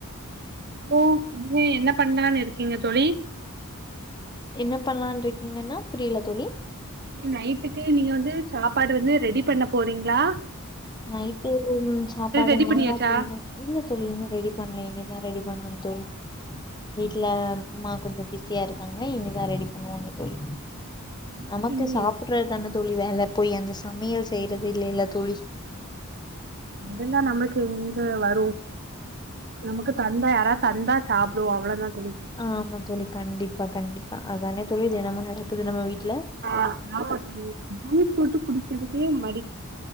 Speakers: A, on the right (about 50°); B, on the left (about 20°).
A: சோ இனிமே என்ன பண்ணலான்னு இருக்கீங்க தோழி
B: என்ன பண்ணலான் ருக்கீங்கன்னா புரியல தோழி
A: நீ நைட்டுக்கு நீங்க வந்து சாப்பாடு வந்து ரெடி பண்ண போறீங்ளா
B: நைட்டு சாப்பாடு
A: ரெடி பண்ணியாச்சா
B: ஆமா தோழி இல்ல தோழி இன்னு ரெடி பண்ல இனிதா ரெடி பண்ணனு தோழி வீட்ல அம்மா கொஞ்ச பி சியா இருக்காங்க இனிதா ரெடி பண்ணுவாங்க தோழி
A: எனக்கு
B: நமக்கு
A: இனி
B: சாப்புட்ற தான தோழி வேல போய் அந்த சமையல் செய்றது இல்லேல தோழி
A: அதெல்லா நம்மளுக்கெங்க வரு நமக்கு தந்தா யாரா தந்தா சாப்டுவோ அவ்ளோ தா தோழி
B: ஆமா தோழி கண்டிப்பா கண்டிப்பா அதானே தோழி தினமு நடக்குது நம்ம வீட்ல
A: ஆ ஆமா தோழி ஜூஸ் போட்டு குடிக்றதுக்கே ம